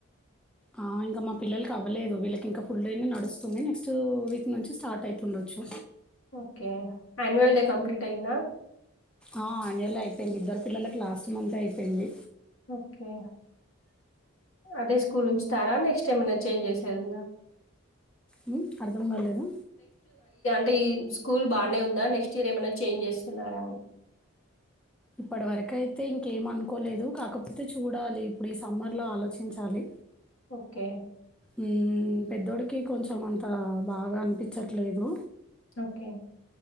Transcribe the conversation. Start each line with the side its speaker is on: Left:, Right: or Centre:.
Centre: ఆ ఇంకా మా పిల్లలకి అవ్వలేదు వీళ్ళకి ఇంకా ఫుల్ డే నే నడుస్తుంది నెక్స్ట్ వీక్ నుంచి స్టార్ట్ అవుతుండొచ్చు
Left: ఓకే ఆన్యువల్ డే కంప్లీట్ అయ్యిందా
Centre: ఆ ఆన్వల్ అయిపోయింది ఇద్దరు పిల్లలకి లాస్ట్ మంతే అయిపోయింది
Left: ఓకే అదే స్కూల్ ఉంచుతారా నెక్స్ట్ టైమ్ ఇంగ చేంజ్ చేసేదుందా
Centre: మ్మ్ అర్ధం కాలేదా
Left: తే ఈ స్కూల్ బానే ఉందా నెక్స్ట్ ఇయర్ ఏమైనా చేంజ్ చేస్తున్నారా అని
Centre: ఇప్పటి వరకయితే ఇంకేం అనుకోలేదు. కాకపోతే చూడాలి ఇప్పుడు ఈ సమ్మర్లో ఆలోచించాలి
Left: ఓకే.
Centre: మ్మ్ పెద్దోడికి కొంచెం అంత బాగా అనిపించట్లేదు
Left: ఓకే